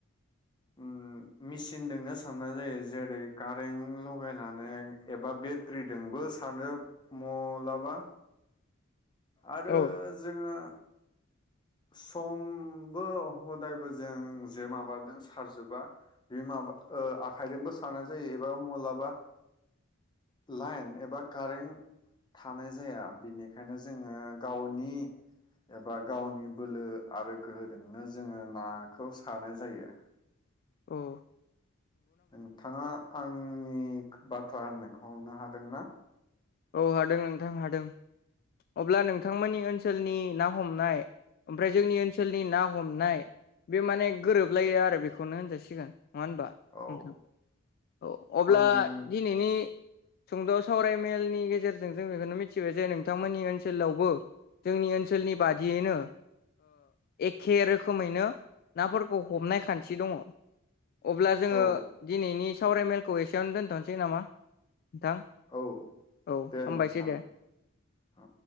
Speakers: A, on the left; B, on the left.
A: उम मेचिनजोंनो साननाय जायो जेरै कारें लगायनानै एबा बेट्रिजोंबो सारनो मलाबा आरो
B: औ
A: जोङो समबो हदायबो जों जे माबादो सारजोबा बे माबा ओ आखाइजोंबो सारनाय जायो एबा माबलाबा लाइन एबा कारेन्ट थानाय जाया बिनिखायनो जोङो गावनि एबा गावनि बोलो आरो गोहोजोंनो जोङो नाखौ सारनाय जायो।
B: औ।
A: नोंथाङा आं आंनि बाथ्रा होननायखौ हमनो हादोंना?
B: औ हादों नोंथां हादों अब्ला नोंथांमोननि ओनसोलनि ना हमनाय ओमफ्राय जोंनि ओनसोलनि ना हमनाय बे माने गोरोबलायो आरो बेखौनो होनजासिगोन। नङा होनबा
A: औ
B: नोंथां औ अब्ला
A: आं
B: दिनैनि सुंद सावराय मेलनि गेजेरजों जों बेखौनो मिथिबाय जे नोंथांमोननि ओनसोलावबो जोंनि ओनसोलनि बादियैनो एखे रोखोमैनो नाफोरखौ हमनाय खान्थि दङ। अब्ला जोङो
A: औ
B: दिनैनि सावरायमेलखौ एसेयावनो दोनथनोसै नामा नोंथां।
A: औ
B: औ
A: दे
B: हामबायसै
A: नोंथां
B: दे
A: अ।